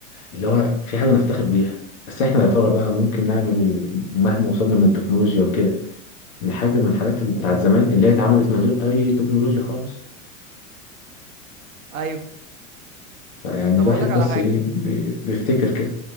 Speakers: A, on the left; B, on the right.
A: اللي هو في حاجة نفتخر بيها بس احنا يا ترى بقى ممكن نعمل مهما وصلنا من التكنولوجيا وكده لحاجة من الحاجات اللي بتاعت زمان اللي هي اتعملت من غير أي تكنولوجيا خالص
B: ايوه
A: يعني
B: طب
A: الواحد
B: اقول لك على
A: بس
B: حاجه
A: إيه بي- بيفتكر كده